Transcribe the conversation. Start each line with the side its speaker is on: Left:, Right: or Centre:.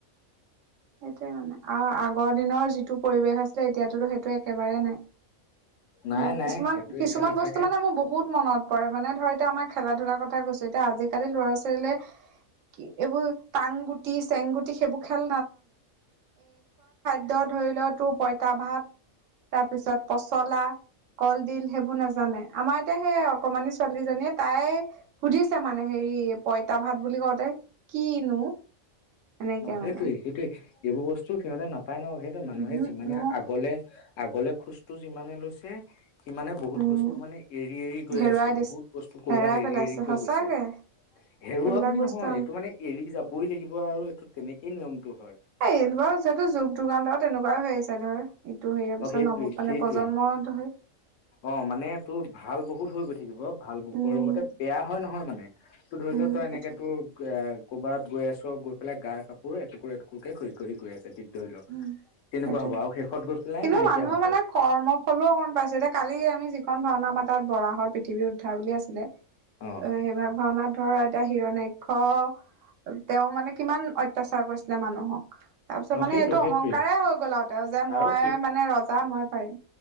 Right: সেইটোৱে মানে। আৰু আগৰ দিনৰ যিটো পৰিৱেশ আছিলে এতিয়াতোতো সেইটো একেবাৰে নাই।
Left: নাই
Right: মোৰ
Left: নাই
Right: কিছুমান,
Left: সেইটো
Right: কিছুমান
Left: এতিয়া নাথাকে
Right: বস্তু মানে মোৰ বহুত মনত পৰে মানে ধৰ এতিয়া আমাৰ খেলা-ধূলাৰ কথাই কৈছো। এতিয়া আজিকালি ল'ৰা-ছোৱালীলে কি এইবোৰ টাং গুটি, চেং গুটি সেইবোৰ খেল দ্য ধৰি ল, তোৰ পঁইতা ভাত, তাৰপিছত পচলা কলডিল সেইবোৰ নাজানে। আমাৰ এতিয়া সেই অকমানি ছোৱালীজনীয়ে, তাই সুধিছে মানে হেৰি পঁইতা ভাত বুলি কওঁতে, কিনো? এনেকে
Left: অ'সেইটোৱে,
Right: মানে
Left: সেইটোৱে, এইবোৰ বস্তু সিহঁতে নাপ নাপায় ন সেইটো মানুহে
Right: উহো
Left: যিমানে
Right: মোক
Left: আগলে, আগলে খোজটো যিমানে লৈছে সি মানে বহুত
Right: উম
Left: বস্তু মানে এৰি-এৰি গৈ
Right: হেৰুৱাই
Left: আছে।
Right: দিছে
Left: বহুত বস্তু কৰ'বাত
Right: হেৰাই
Left: এৰি-এৰি
Right: পেলাইছে
Left: থৈ
Right: সঁচাকে
Left: গৈছে। হেৰুৱা
Right: সেইবিলাক
Left: বুলি
Right: বস্তু
Left: নহয়। এইটো মানে এৰি যাবই লাগিব আৰু এইটো তেনেকেই নিয়মটো হয়
Right: এইটো বাৰু যিহেতু যুগ যুগান্তৰ তেনেকুৱাই হৈ আহিছে ধৰ এইটো হেৰি
Left: অ
Right: পিছত
Left: সেইটোৱে
Right: নৱ মানে
Left: সেইটোৱে
Right: প্ৰজন্মত ধৰ
Left: অ' মানে তোৰ ভাল বহুত হৈ গৈ থাকিব। ভাল বুকৰ
Right: উম
Left: লগতে বেয়া হয় নহয় মানে তোৰ ধৰি
Right: উম
Left: লও তই এনেক
Right: সেইটোৱে
Left: তোৰ এই ক'ৰবাত গৈ আছ গৈ পেলাই গাৰ কাপোৰ এটুকুৰ-এটুকুৰকে খহি-খহি গৈ আছে তেতিয়া ধৰি ল'তেনেকুৱা
Right: উম সেইটোৱে
Left: হ'ব আৰু শেষত গৈ পেলাই
Right: কিন্তু
Left: নাইকিয়া
Right: মানুহৰ
Left: হ'ব।
Right: মানে কৰ্ম ফলো অকমান পাইছে এতিয়া কালি আমি যিখন ভাওনা আমাৰ তাত 'বৰাহৰ পৃথিৱী উদ্ধাৰ' বুলি আছিলে।
Left: অ
Right: ত' সেই ভাগ ভাওনাত ধৰ এতিয়া হিৰণ্যকশিপু তেওঁ মানে কিমান অত্যাচাৰ কৰিছিলে মানুহক। তাৰপিছত
Left: অ
Right: মানে
Left: সেইটো
Right: এইটো
Left: সেইটোৱে
Right: অহংকাৰেই হৈ গ'ল আৰু তেওঁৰ যে মই
Left: আৰু
Right: মানে ৰজা মই পাৰিম।